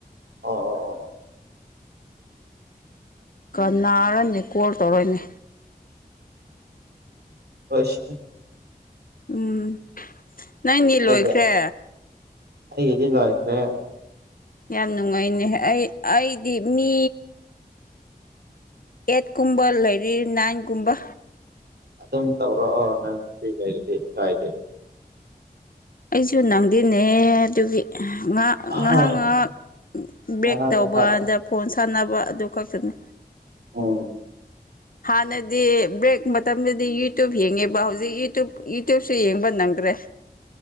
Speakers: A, on the right (about 85°); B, on the left (about 60°).
A: ꯑꯥ ꯑ ꯑꯥ
B: ꯀꯅꯥꯔꯅꯦ ꯀꯣꯜ ꯇꯧꯔꯅꯤ
A: ꯑꯁ
B: ꯎꯝ ꯅꯪꯗꯤ
A: ꯑꯩꯒ
B: ꯂꯣꯏꯈ꯭ꯔꯦ
A: ꯑꯩꯒꯤꯗꯤ ꯂꯣꯏꯈꯔꯦ
B: ꯌꯥꯝ ꯅꯨꯡꯉꯥꯏꯅꯦ ꯑꯩ ꯑꯩꯗꯤ ꯃꯤ ꯑꯦꯠ ꯀꯨꯝꯕ ꯂꯩꯔꯤ ꯅꯥꯏꯟꯒꯨꯝꯕ
A: ꯑꯗꯨꯝ ꯇꯧꯔꯛꯑꯣ ꯅꯪ ꯉꯁꯤ ꯂꯩꯔꯗꯤ ꯀꯥꯏꯗꯦ
B: ꯑꯩꯁꯨ ꯅꯪꯗꯤꯅꯦ ꯑꯗꯨꯒꯤ ꯉꯍꯥꯛ ꯉꯥꯏꯍꯥꯛ
A: ꯍꯣꯏ
B: ꯉꯥꯏꯍꯥꯛ ꯕꯦꯛ
A: ꯉꯥꯏꯍꯥꯛ
B: ꯇꯧꯕꯥꯗ
A: ꯉꯥꯏꯍꯥꯛ
B: ꯐꯣꯟ ꯁꯥꯟꯅꯕ ꯑꯗꯨ ꯈꯛꯇꯅꯤ
A: ꯍꯣꯏ
B: ꯍꯥꯟꯅꯗꯤ ꯕ꯭ꯔꯦꯛ ꯃꯇꯝꯗꯗꯤ ꯌꯨꯇꯨꯕ ꯌꯦꯡꯉꯦꯕ ꯍꯧꯖꯤꯛ ꯌꯨꯇ ꯌꯨꯇꯨꯞꯁꯨ ꯌꯦꯡꯕ ꯅꯪ ꯇ꯭ꯔꯦ